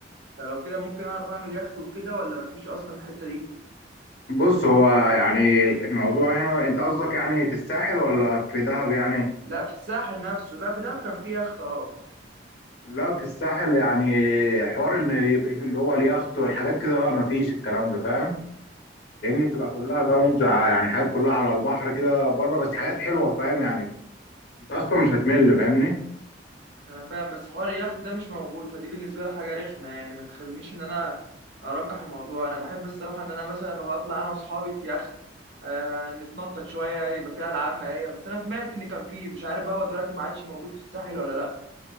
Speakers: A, on the right (about 70°); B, on the left (about 70°).
A: فلو كده ممكن اعرف اعمل يخت وكده ولا مفيش اصلا الحته دي
B: بص هو يعني الموضوع هنا انت قصدك يعني في الساحل ولا في دهب يعني
A: لا في الساحل نفسه لا في دهب كان في يخت اه
B: لا في الساحل يعني حوار ان يبقى اللي هو اليخت والحاجات كده لا ما فيش الكلام ده فاهم لان بتبقى كلها لونج ع- يعني حاجات كلها على البحر كده بره بس حاجات حلوه فاهم يعني انت اصلا مش هتمل فاهمني
A: انا فاهم بس حوار اليخت ده مش موجود فدي بالنسبه لي حاجه رخمه يعني ما تخلينيش ان انا ارجح الموضوع انا بحب الصراحه ان انا مثلا لو هطلع انا واصحابي في يخت آه نتنطط شويه يبقى فيها العاب مائيه بس انا سمعت ان كان فيه مش عارف بقى هو دلوقتي ما عادش موجود في الساحل ولا لا